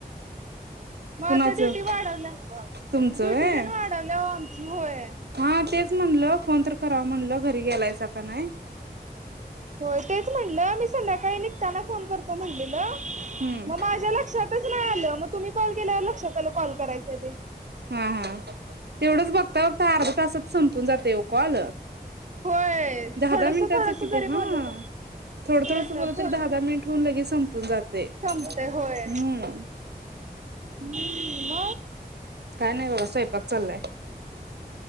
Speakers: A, on the right (about 45°); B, on the right (about 80°).
A: मग
B: कुणाचं
A: आता ड्युटी वाढवल्या
B: तुमचं
A: ड्युटी
B: व्हय
A: तेन वाढवल्या ओ आमची होय.....
B: हा तेच म्हणलं फोन तर कराव म्हणलं घरी गेला हायसा का नाही
A: होय तेच म्हणलं मी संध्याकाळी निघताना फोन करतो म्हणलेलं... <inaudible>
B: हम्म
A: मग माझ्या लक्षात.. तसं नाही आलं मग तुम्ही कॉल केल्यावर लक्षात आलं कॉल करायचं आहे ते.
B: हम्म हम्म... तेवढेच बघता बघता अर्धा तासात संपून जातंय ओ कॉल
A: होय
B: दहा
A: थोडस
B: दहा मिनिटाचं
A: थोडस
B: किती
A: जरी
B: हां
A: बोललं तर
B: थोड
A: होय
B: थोडच बोललं
A: तर थोडस
B: तरी दहा दहा मिनिट होऊन संपून जातंय
A: संपतय होय.
B: हम्म....
A: हम्म
B: काय नाही बघा स्वयंपाक. चाललाय